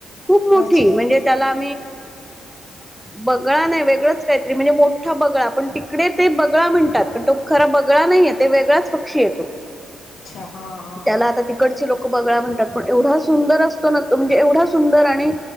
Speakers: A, in the centre; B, on the left (about 65°).
A: खूप
B: त्याच
A: मोठी म्हणजे त्याला बगळा नाही वेगळच काहीतरी म्हणजे मोठा बगळा पण तिकडे ते बगळा म्हणतात पण तो खरा बगळा नाहीे ते वेगळाच पक्षी येतो
B: अच्छा हा हा
A: त्याला
B: हा.
A: आता तिकडची लोक ब म्हणतात पण एवढा सुंदर असतो ना तो म्हणजे एवढा सुंदर आणि